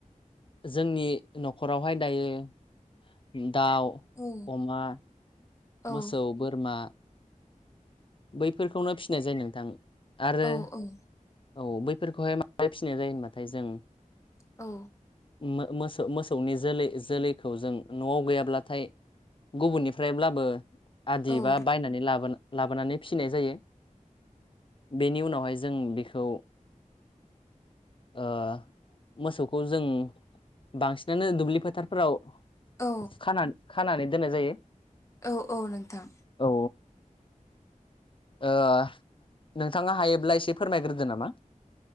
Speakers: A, on the left (about 40°); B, on the left (about 20°).
A: जोंनि न'खरावहाय दायो उम दाउ
B: औ
A: अमा मोसौ
B: औ
A: बोरमा बैफोरखौनो फिसिनाय जायो नोंथां आरो
B: औ औ
A: औ बैफोरखौहाय माबाय फिसिनाय जायो होनबाथाय जों
B: औ।
A: मो- मोसौ मोसौनि जोलै जोलैखौ जों न'आव गैयाब्लाथाय। गुबुननिफ्रायब्लाबो आदि
B: औ
A: बा बायनानै लाबो लाबोनानै। फिनाय जायो बेनि उनावहाय जों बेखौ। ओ मोसौखौ जों। बांसिनानो दुब्लि फोथारफोराव
B: औ
A: खान खानानै दोननाय जायो।
B: औ औ नोंथां।
A: औ ओ नोंथाङा हायोब्ला एसे फोरमायग्रोदो नामा।